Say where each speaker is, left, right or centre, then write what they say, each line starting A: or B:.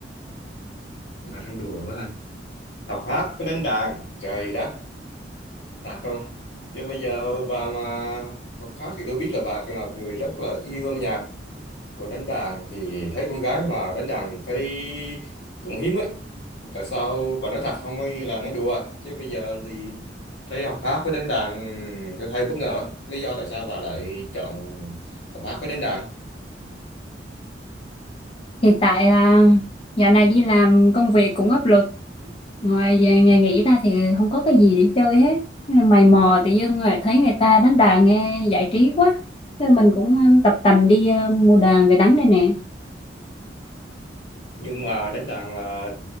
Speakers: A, on the left; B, on the left.
A: bà đang đùa quá hả học hát mới đánh đàn trời đất thật không chứ bây giờ bà mà học hát thì tôi biết là bà là một người rất là yêu âm nhạc Còn đánh đàn thì thấy con gái mà đánh đàn thì thấy cũng hiếm ấy. Tại sao bà nói thật không ấy là nói đùa. Chứ bây giờ thì thấy học hát với đánh đàn tôi hay bất ngờ. Lý do tại sao bà lại chọn học hát với đánh đàn.
B: Thì tại ờ, dạo này đi làm công việc cũng áp lực ngoài về ngày nghỉ ra thì không có cái gì để chơi hết Thế là mày mò tự dưng rồi thấy người ta đánh đàn nghe giải trí quá Thế là mình cũng ừ, tập tành đi ừ, mua đàn về đánh đây nè
A: Nhưng mà đánh đàn là